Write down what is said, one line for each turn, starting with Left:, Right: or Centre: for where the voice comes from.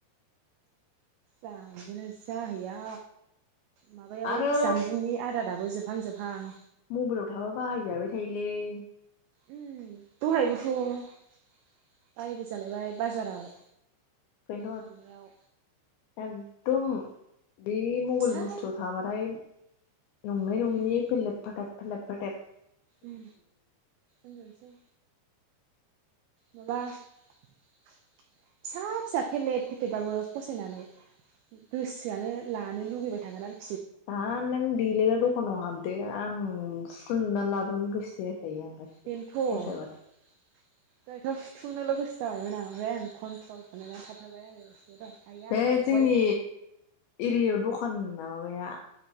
Right: जाहैगोना जाहैया। माबायाबो
Left: आरो
Right: जानबुंनि आदाराबो जोब जोबहां -जोबहां।
Left: मबाइलाव थाबा बाहायजाबाय थायोलै। <inaudible>
Right: उम दहायबोथ' बाहायजालायबाय बाजाराव।
Left: बबेहाय
Right: थांनायाव
Left: दं? दं। बे मंगल
Right: फिसा
Left: बुस्थु थाबाथाय नङै
Right: उम
Left: नङिनि बेलेब- फाथाब फोरलेब- फोथेब
Right: उम उन्दुनोसै। माबा फिसा-फिसा फेलेब फेथेबबाबो फसायनानै गोसोआनो लानो लुुबैबाय थागोन आरो।
Left: दा नों देलायग्रा दखानाव हाबदो आं सुथुंजोबनानै लाब गोसो जाखायो आं गासिखौबो
Right: बेनोथ' दहायथ'
Left: फसायबाथाय
Right: हुथुमजोबनो गोसो जाबायमोन आं ओमफ्राय आं कन्ट्रल खालामना थाथारबाय आरो। दहाय आइया
Left: बे
Right: थांबावबाय
Left: जोंनि एरियायाव दखान माबाया